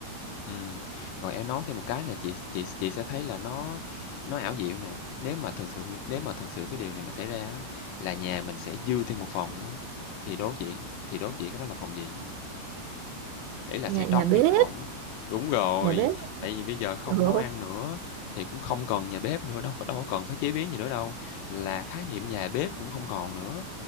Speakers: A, on the left; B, on the right.
A: Ừm, rồi em nói thêm một cái này chị chị chị sẽ thấy là nó nó ảo diệu nè. Nếu mà thực sự nếu mà thực sự cái điều này mà xảy ra á, là nhà mình sẽ dư thêm một phòng nữa, thì đố chị thì đố chị cái đó là phòng gì? Ý là
B: nhà
A: sẽ trống
B: nhà bếp,
A: đi một phòng á. Đúng rồi,
B: nhà bếp
A: tại vì bây giờ không
B: ừ,
A: nấu
B: ừ,
A: ăn nữa, thì cũng không cần nhà bếp nữa, đâu có đâu có cần phải chế biến gì nữa đâu. Là khái niệm nhà bếp cũng không còn nữa,